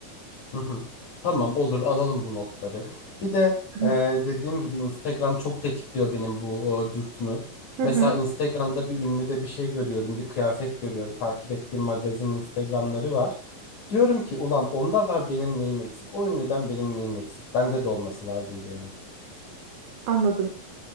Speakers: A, on the left; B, on the right.
A: hı hı. Tamam olur alalım bu notları. Bir de
B: <clears throat> Hı
A: e, dediğim gibi Instagram çok tetikliyor benim bu e, dürtümü.
B: hı,
A: Mesela
B: hı,
A: Instagram'da bir ünlüde bir şey görüyorum, bir kıyafet görüyorum. Takip ettiğim magazin Instagram'ları var. Diyorum ki ulan onda var benim neyim eksik? O ünlüden benim neyim eksik? Bende de olması lazım diyorum.
B: anladım.